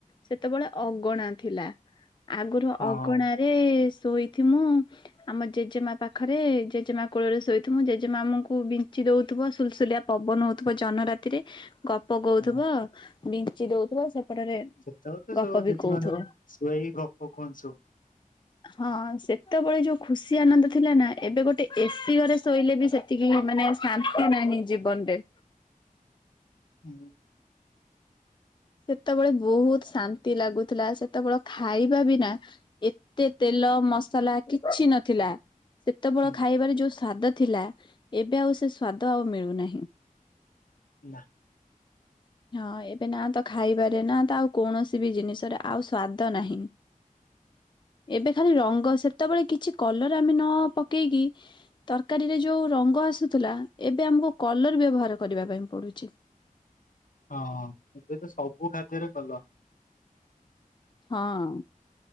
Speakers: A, on the left; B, on the left.
A: ସେତେବେଳେ ଅଗଣା ଥିଲା ଆଗରୁ
B: ହଁ
A: ଅଗଣା ରେ ଶୋଇଥି ମୁଁ ଆମ ଜେଜେମା ପାଖରେ ଜେଜେମା କୋଳରେ ଶୋଇଥିବୁ ଜେଜେମା ଆମକୁ ବିଞ୍ଚି ଦଉଥିବ ସୁଲସୁଲିଆ ପବନ ହଉଥିବ ଜନ ରାତିରେ। ଗପ ଗଉଥୁବ
B: ହଁ
A: ବିଞ୍ଚି ଦଉଥିବ ସେପଟରେ
B: ସେତେବେଳେ ତ
A: ଗପ
B: ସବୁ
A: ବି
B: ଜେଜେମା
A: କହୁଥିବ।
B: ଯୋଉ ଶୋଏଇ ଗପ କୁହନ୍ତି ସବୁ।
A: ହଁ <inaudible> ହଁ ସେତେବେଳେ ଯୋଉ ଖୁସି ଆନନ୍ଦ ଥିଲା ନା ଏବେ ଗୋଟେ ଏସିି ଘରେ ଶୋଇଲେ ବି ସେ ତିକି ମାନେ ଶାନ୍ତି ନାହିଁ ଜୀବନରେ।
B: ହୁଁ।
A: ସେତେବେଳେ ବହୁତ ଶାନ୍ତି ଲାଗୁଥିଲା ସେତେବେଳେ ଖାଇବା ବିନା ଏତେ ତେଲ ମସଲା କିଛି ନ ଥିଲା। ସେତେବେଳ
B: ହୁଁ
A: ଖାଇବାରେ ଯୋଉ ସ୍ଵାଦ ଥିଲା ଏବେ ଆଉ ସେ ସ୍ଵାଦ ଆଉ ମିଳୁନାହିଁ।
B: ନା।
A: ହଁ ଏବେ ନା ତ ଖାଇବାରେ ନା ତ ଆଉ କୌଣସି ବି ଜିନିଷରେ ଆଉ ସ୍ଵାଦ ନାହିଁ। ଏବେ ଖାଲି ରଙ୍ଗ ସେତେବେଳେ କିଛି କଲର ଆମେ ନ ପକେଇ କି ତରକାରୀ ରେ ଯୋଉ ରଙ୍ଗ ଆସୁଥିଲା ଏବେ ଆମକୁ କଲର୍ ବ୍ୟବହାର କରିବା ପାଇଁ ପଡ଼ୁଛି।
B: ହଁ ଏବେ ତ ସବୁ ଖାଦ୍ୟରେ କଲର୍
A: ହଁ।